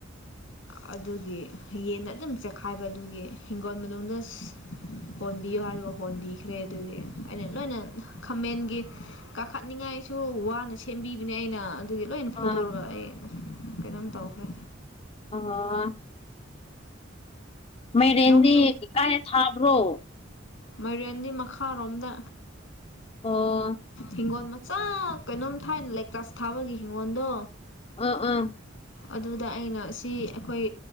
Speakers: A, on the left; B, on the left.
A: ꯑꯗꯨꯒꯤ ꯌꯦꯟꯅ ꯑꯗꯨꯝ ꯆꯦꯛꯈꯥꯏꯕ ꯑꯗꯨꯒꯤ ꯍꯤꯡꯒꯣꯜ ꯃꯅꯨꯡꯗ ꯍꯣꯟꯕꯤꯌꯣ ꯍꯥꯏꯔꯤꯕ ꯍꯣꯟꯕꯤꯈ꯭ꯔꯦ ꯑꯗꯨꯗꯤ ꯑꯩꯅ ꯂꯣꯏꯅ ꯈꯥꯃꯦꯟꯒꯤ ꯀꯥꯈꯠꯅꯤꯡꯉꯥꯏꯁꯨ ꯋꯥꯅ ꯁꯦꯝꯕꯤꯕꯅꯦ ꯑꯩꯅ ꯑꯗꯨꯒꯤ ꯂꯣꯏꯅ
B: ꯑ
A: ꯐꯣꯏꯗꯣꯔꯒ ꯑꯩ ꯀꯩꯅꯣꯝ ꯇꯧꯈ꯭ꯔꯦ
B: ꯑꯣ ꯃꯥꯏꯔꯦꯟꯗꯤ
A: ꯅꯣꯡ
B: ꯀꯥꯏꯗ ꯊꯥꯕ꯭ꯔꯣ
A: ꯃꯥꯏꯔꯦꯟꯒꯤ ꯃꯈꯥꯔꯣꯝꯗ
B: ꯑꯣ
A: ꯍꯤꯡꯒꯣꯜ ꯃꯆꯥ ꯀꯩꯅꯣꯝ ꯊꯥꯏꯅ ꯂꯦꯛꯇꯁ ꯊꯥꯕꯒꯤ ꯍꯤꯡꯒꯣꯜꯗꯣ
B: ꯑ ꯑꯥ
A: ꯑꯗꯨꯗ ꯑꯩꯅ ꯁꯤ ꯑꯩꯈꯣꯏ